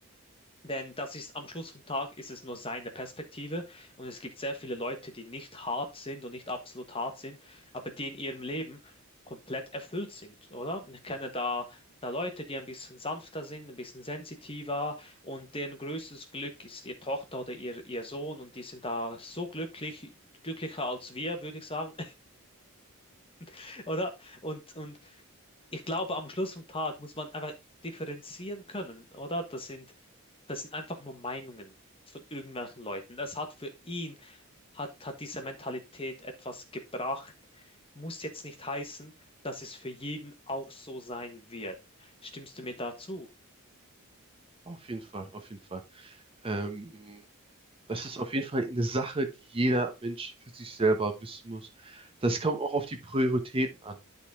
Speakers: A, on the left; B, on the right.
A: Denn das ist am Schluss vom Tag ist es nur seine Perspektive und es gibt sehr viele Leute, die nicht hart sind und nicht absolut hart sind, aber die in ihrem Leben komplett erfüllt sind, oder? Ich kenne da, da Leute, die ein bisschen sanfter sind, ein bisschen sensitiver und deren größtes Glück ist ihre Tochter oder ihr, ihr Sohn und die sind da so glücklich, glücklicher als wir, würde ich sagen, <laughs> oder? Und, und ich glaube, am Schluss vom Tag muss man einfach differenzieren können, oder? Das sind, das sind einfach nur Meinungen von irgendwelchen Leuten. Das hat für ihn, hat, hat diese Mentalität etwas gebracht. Muss jetzt nicht heißen, dass es für jeden auch so sein wird. Stimmst du mir dazu?
B: Auf jeden Fall, auf jeden Fall. Ähm, Das ist auf jeden Fall eine Sache, die jeder Mensch für sich selber wissen muss. Das kommt auch auf die Prioritäten an.